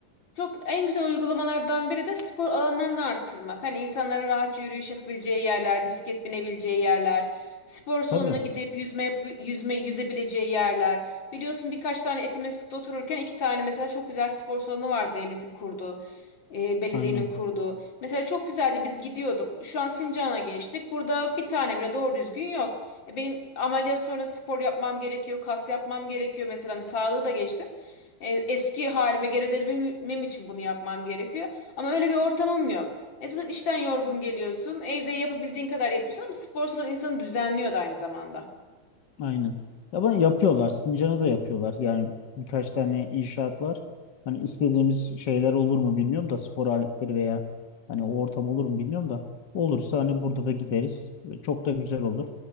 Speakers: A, on the left; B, on the left.
A: Çok en güzel uygulamalardan biri de spor alanlarını arttırmak. Hani insanların rahatça yürüyüş yapabileceği yerler, bisiklet binebileceği yerler, spor salonuna
B: Tabii
A: gidip yüzme yapıp yüzme yüzebileceği yerler. Biliyorsun birkaç tane Etimesgut'ta otururken iki tane mesela çok güzel spor salonu vardı devletin kurduğu, e, belediyenin
B: aynen
A: kurduğu. Mesela çok güzeldi biz gidiyorduk. Şu an Sincan'a geçtik. Burada bir tane bile doğru düzgün yok. E, Benim ameliyat sonrası spor yapmam gerekiyor, kas yapmam gerekiyor mesela hani sağlığı da geçtim. E, Eski halime geri dönebilmem için bunu yapmam gerekiyor. Ama öyle bir ortamım yok. E zaten işten yorgun geliyorsun. Evde yapabildiğin kadar yapıyorsun ama spor salonu insanı düzenliyor da aynı zamanda.
B: aynen. Ya ben yapıyorlar Sincan'a da yapıyorlar yani birkaç tane inşaat var. Hani istediğimiz şeyler olur mu bilmiyorum da spor aletleri veya hani o ortam olur mu bilmiyorum da olursa hani burada da gideriz. Çok da güzel olur.